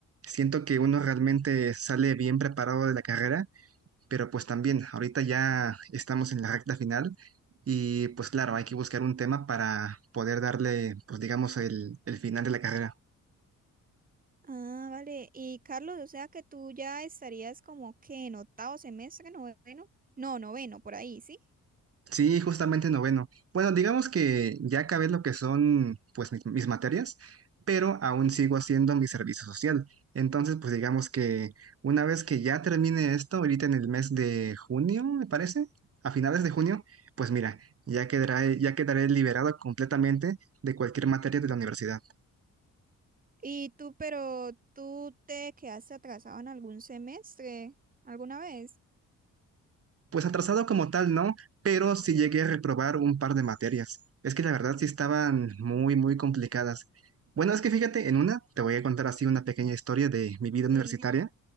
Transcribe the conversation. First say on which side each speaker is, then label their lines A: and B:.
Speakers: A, on the right (about 45°); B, on the right (about 25°).
A: siento que uno realmente sale bien preparado de la carrera pero pues también, ahorita ya estamos en la recta final y pues claro, hay que buscar un tema para poder darle, pues digamos, el, el final de la carrera.
B: Ah, vale. Y Carlos, o sea que tú ya estarías como que en octavo semestre, noveno. No, noveno, por ahí, ¿sí?
A: Sí, justamente noveno. Bueno, digamos que ya acabé lo que son pues mis, mis materias, pero aún sigo haciendo mi servicio social. Entonces, pues digamos que una vez que ya termine esto, ahorita en el mes de junio, me parece, a finales de junio, pues mira, ya quedará ya quedaré liberado completamente de cualquier materia de la universidad.
B: Y tú, pero tú te quedaste atrasado en algún semestre, ¿alguna vez?
A: Pues atrasado como tal, no, pero sí llegué a reprobar un par de materias. Es que la verdad sí estaban muy, muy complicadas. Bueno, es que fíjate, en una te voy a contar así una pequeña historia de mi vida
B: Sí.
A: universitaria